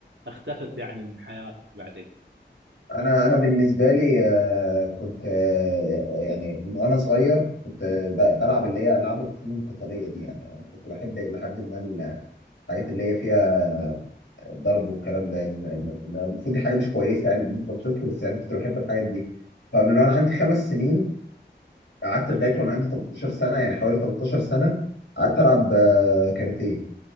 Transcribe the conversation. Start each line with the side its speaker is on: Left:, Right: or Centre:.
Right: اختفت يعني من حياتك بعدين
Left: انا انا بالنسبه لي آه، كنت آه، يعني وانا صغير كنت آه، ب- بلعب اللي هي العاب الفنون القتاليه دي يعني كنت بحب لحد ما الحاجات اللي هي فيها الضرب والكلام ده يعني مع إن- إن المفروض دي حاجه مش كويسه يعني بالنسبه للطفل بس يعني كنت بحب الحاجات دي فمن وانا عندي خمس سنين قعدت
Right: مم.
Left: لغايه وانا عندي 18 سنه يعني حوالي 13 سنه قعدت العب آه، كاراتيه